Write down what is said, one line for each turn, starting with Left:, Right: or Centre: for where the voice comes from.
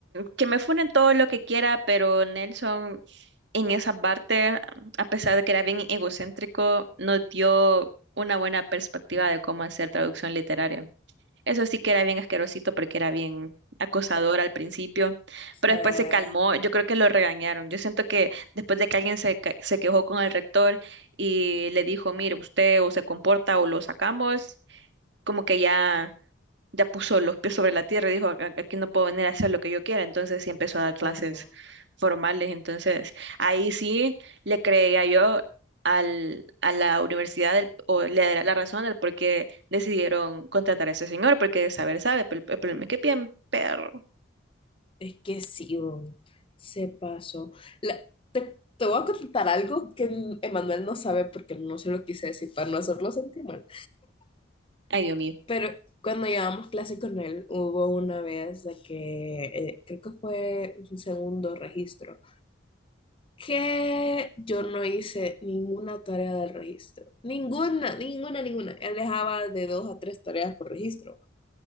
Right: que me funen todo lo que quiera, pero Nelson en esa parte, a pesar de que era bien egocéntrico, nos dio una buena perspectiva de cómo hacer traducción literaria. Eso sí que era bien asquerosito porque era bien acosador al principio,
Left: O sea,
Right: pero después se calmó. Yo creo que lo regañaron. Yo siento que después de que alguien se, ca- se quejó con el rector y le dijo, mire, usted o se comporta o lo sacamos, como que ya ya puso los pies sobre la tierra y dijo, "A- aquí no puedo venir a hacer lo que yo quiera, entonces sí empezó a dar clases
Left: ajá.
Right: formales, entonces ahí sí le creía yo al, a la universidad del- o le daría la razón del por qué decidieron contratar a ese señor, porque de saber sabe, pero el, el problema es que bien perro.
Left: Es que sí, weón, se pasó. La- te voy a contar algo que n- Emanuel no sabe porque no se lo quise decir para no hacerlo sentir mal.
Right: Ay, Dios mío.
Left: Pero cuando llevábamos clase con él, hubo una vez de que, eh, creo que fue un segundo registro, que yo no hice ninguna tarea del registro. Ninguna, ninguna, ninguna. Él dejaba de dos a tres tareas por registro.